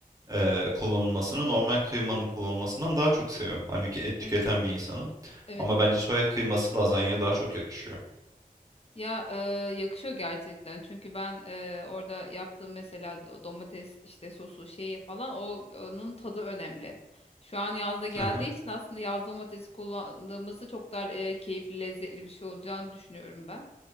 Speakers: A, on the right (about 20°); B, on the left (about 40°).
A: e, kullanılmasını normal kıymanın kullanılmasından daha çok seviyorum. Halbuki et tüketen
B: Evet,
A: bir insanım.
B: evet,
A: Ama
B: evet.
A: bence soya kıyması lazanyaya daha çok yakışıyor.
B: Ya e, yakışıyor gerçekten. Çünkü ben e, orada yaptığım mesela do- domates işte sosu şeyi falan o onun tadı önemli. Şu an yazda geldiği
A: <laughs>
B: için aslında yaz domatesi kullandığımızda çok daha e, keyifli, lezzetli bir şey olacağını düşünüyorum ben.